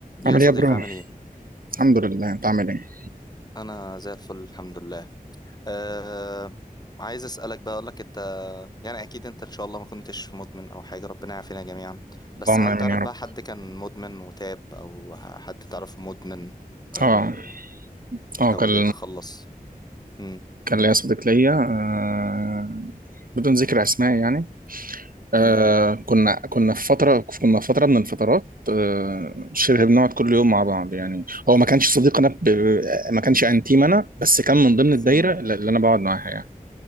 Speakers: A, on the right; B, on the left.
A: عامل
B: يا صديقي
A: ايه يا برو
B: عامل ايه؟
A: الحمد لله انت عامل ايه
B: انا زي الفل الحمد لله أه عايز اسالك بقى اقول لك انت يعني اكيد انت ان شاء الله ما كنتش مدمن او حاجه ربنا يعافينا جميعا
A: اللهم
B: بس هل
A: امين
B: تعرف
A: يا رب
B: بقى حد كان مدمن وتاب او حد تعرفه مدمن أه
A: اه اه
B: حاول
A: كان
B: يتخلص مم.
A: كان ليا صديق ليا آه بدون ذكر اسماء يعني آه
B: مم.
A: كنا كنا في فتره كنا في فتره من الفترات آه شبه بنقعد كل يوم مع بعض يعني هو ما كانش صديق انا ب... ما كانش انتيم انا بس كان من ضمن الدايره
B: مم.
A: اللي اللي انا بقعد معاها يعني